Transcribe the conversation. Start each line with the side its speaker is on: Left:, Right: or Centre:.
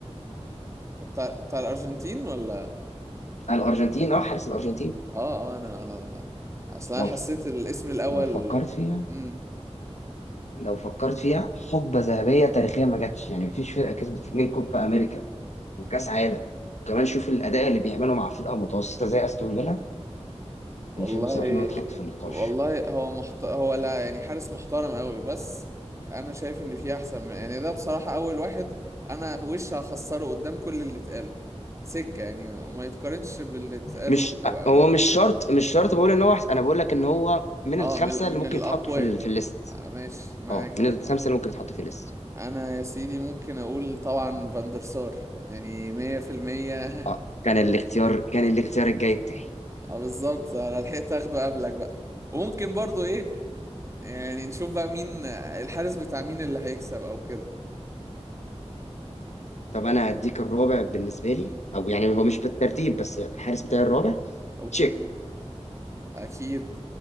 Right: بتاع بتاع الارجنتين ولا
Left: الارجنتين اه حارس الارجنتين
Right: اه اه انا انا اصلا
Left: لو
Right: حسيت الاسم الاول
Left: لو فكرت فيها
Right: امم
Left: لو فكرت فيها حقبة ذهبية تاريخية ما جاتش يعني مفيش فرقة كسبت اتنين كوب في امريكا وكاس عالم كمان شوف الاداء اللي بيعمله مع فرقه متوسطه زي استون فيلا
Right: والله
Left: انا شايف بصراحه انه يتحط في النقاش
Right: والله هو محت... هو لا يعني حارس محترم قوي بس انا شايف ان في احسن من... يعني ده بصراحة اول واحد انا وش هخسره قدام كل اللي اتقاله سكة يعني ما يتقارنش باللي اتقاله
Left: مش
Right: قوي
Left: هو مش شرط مش شرط بقول ان هو أحسن. انا بقول لك ان هو من
Right: اه
Left: الخمسه
Right: من من
Left: اللي ممكن
Right: الاقوياء
Left: يتحطوا في ال... في الليست
Right: آه، ماشي معاك
Left: اه
Right: تمام
Left: من الخمسه اللي ممكن يتحطوا في الليست
Right: انا يا سيدي ممكن اقول طبعا فاندرسار يعني مية في المية
Left: اه كان الاختيار كان الاختيار الجاي بتاعي
Right: <laughs> اه بالظبط انا لحقت اخده قبلك بقى وممكن برضو ايه يعني نشوف بقى مين الحارس بتاع مين اللي هيكسب او كده
Left: طب انا هديك الرابع بالنسبه
Right: مم.
Left: لي او يعني هو مش بالترتيب بس الحارس بتاعي الرابع
Right: اوكي
Left: تشيك
Right: اكيد